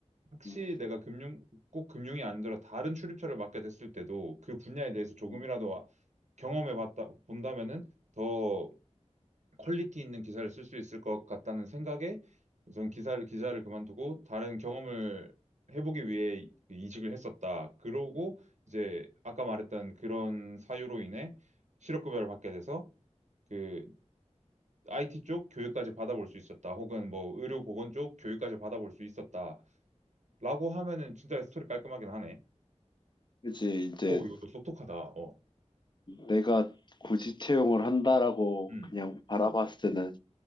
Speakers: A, on the right; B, on the left.
A: 혹시
B: 음,
A: 내가 금융 꼭 금융이 아니더라 도 다른 출입처를 맡게 됐을 때도 그 분야에 대해서 조금이라도
B: 음.
A: 경험해 봤다 본다면은 더 퀄리티 있는 기사를 쓸 수 있을 것 같다는 생각에 저는 기사를 기자를 그만두고 다른 경험을 해보기 위해 이직을 했었다. 그러고 이제 아까 말했던 그런 사유로 인해 실업급여를 받게 돼서 그 IT 쪽 교육까지 받아볼 수 있었다. 혹은 뭐 의료보건 쪽 교육까지 받아볼 수 있었다. 라고 하면은 진짜 스토리 깔끔하긴 하네.
B: 그치 이제
A: 오, 이것도 똑똑하다. 어.
B: 내가 굳이 채용을 한다라고
A: 음,
B: 그냥 바라봤을 때는